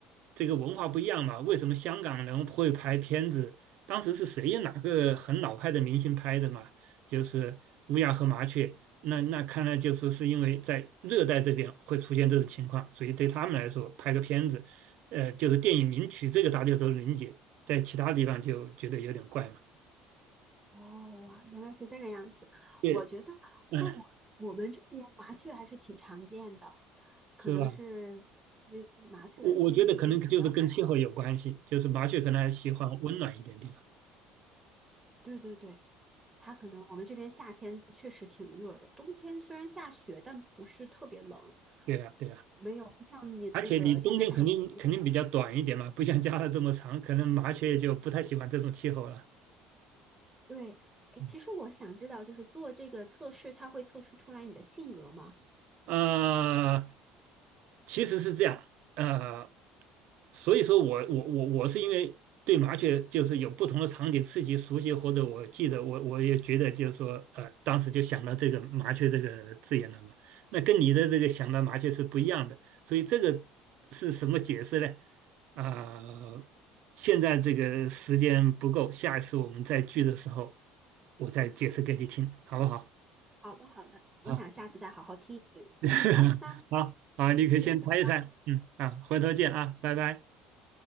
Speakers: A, on the right; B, on the right.
A: 这个文化不一样嘛。为什么香港人会拍片子？当时是谁哪个很老派的明星拍的嘛？就是乌鸦和麻雀。那那看来就说是因为在热带这边会出现这种情况，所以对他们来说拍个片子，呃，就是电影名曲这个大家都能理解，在其他地方就觉得有点怪嘛。
B: 哦，哇，原来是这个样子。
A: 对，
B: 我觉得在我我们这边麻雀还是挺常见的，
A: 嗯，
B: 可能是因为麻雀的天敌比较少。
A: 是吧？我我觉得可能就是跟气候有关系，就是麻雀可能还喜欢温暖一点地方。
B: 对对对，它可能我们这边夏天确实挺热的，冬天虽然下雪，但不是特别冷，
A: 对呀对呀，
B: 没有不像你那个加拿大那边那么。
A: 而且你冬天肯定肯定比较短一点嘛，不像加拿大这么长，可能麻雀就不太喜欢这种气候了。
B: 对，哎，
A: 嗯
B: 其实我想知道，就是做这个测试，它会测试出来你的性格吗？
A: 呃，其实是这样，呃，所以说我我我我是因为对麻雀就是有不同的场景刺激熟悉，或者我记得我我也觉得就是说，呃，当时就想到这个麻雀这个字眼了嘛。那跟你的这个想到麻雀是不一样的，所以这个是什么解释呢？啊、现在这个时间不够，下一次我们再聚的时候，我再解释给你听，好不好？
B: 好的，好的，我想下次再好好听一听。
A: 啊。<laughs>
B: 好，那
A: 好啊，你可以先猜一猜，
B: 我先走了，
A: 嗯啊，回头见啊，拜拜。